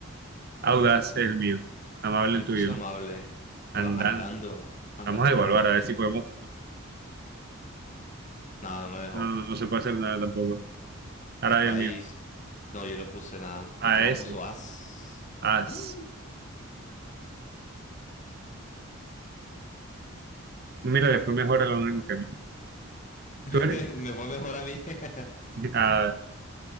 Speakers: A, on the right; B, on the left.
A: Audaz es el mío. Amable
B: Yo
A: el tuyo,
B: puse
A: ¿no?
B: amable, pero
A: Andando.
B: andando. Andando
A: Vamos a evaluar
B: no es un adjetivo.
A: a ver si podemos.
B: No, no me dejó.
A: No, no, no se puede hacer nada tampoco. Ahora
B: País.
A: el mío.
B: No, yo no puse nada.
A: A
B: Este man
A: S,
B: puso as.
A: AS.
B: Mm.
A: Mira, le fue mejor a lo único que a mí.
B: <laughs>
A: Tú eres.
B: Me fue mejor a mí. <laughs>
A: <laughs> Ah,